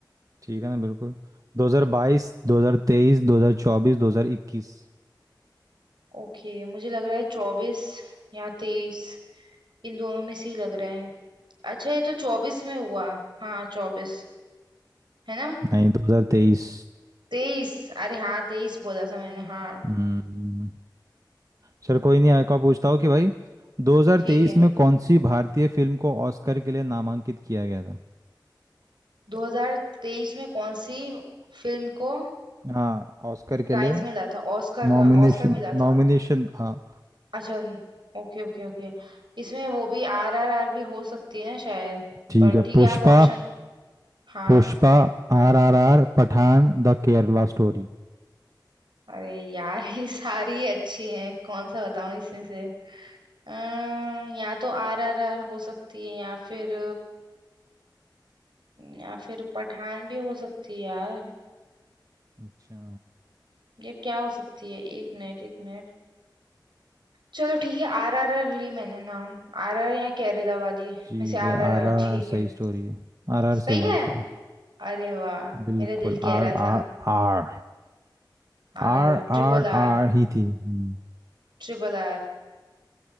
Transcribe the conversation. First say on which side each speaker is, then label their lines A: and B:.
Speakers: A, on the right; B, on the right.
A: ठीक है ना बिल्कुल 2022 2023 2024 2021
B: ओके मुझे लग रहा है चौबीस या तेईस इन दोनों में से ही लग रहा है अच्छा ये तो चौबीस में हुआ हाँ चौबीस है ना
A: नहीं 2023
B: तेईस अरे हाँ तेईस बोला था मैंने हाँ
A: हम्म चल कोई नहीं आपका पूछता हूँ कि भाई 2023
B: ठीक है
A: में कौन सी भारतीय फिल्म को ऑस्कर के लिए नामांकित किया गया था
B: 2023 में कौन सी फिल्म को
A: हाँ ऑस्कर के
B: प्राइज
A: लिए
B: मिला था ऑस्कर
A: नॉमिनेशन
B: का ऑस्कर मिला
A: नॉमिनेशन
B: था
A: हाँ
B: अच्छा ओके ओके ओके इसमें वो भी आर आर आर भी हो सकती है ना शायद
A: ठीक
B: पर
A: है
B: ठीक
A: Pushpa
B: है आप ऑप्शन हाँ
A: Pushpa R R R Pathaan the Kerala story
B: अरे यार ये सारी अच्छी हैं कौन सा बताऊं इसमें से अम्म, या तो आर आर आर हो सकती है या फिर या फिर पठान भी हो सकती है यार
A: अच्छा
B: ये क्या हो सकती है एक मिनट एक मिनट चलो ठीक है आर आर आर ली मैंने नाम आर आर या केरला वाली
A: ठीक
B: में से आर
A: है आर
B: आर आर
A: आर
B: ठीक
A: आर
B: है
A: सही स्टोरी है आर आर
B: सही
A: सही
B: है
A: आंसर है
B: अरे वाह
A: बिल्कुल
B: मेरा दिल कह
A: R
B: रहा था
A: R R
B: R
A: R
B: R R triple
A: R
B: R
A: R ही थी हम्म।
B: Triple R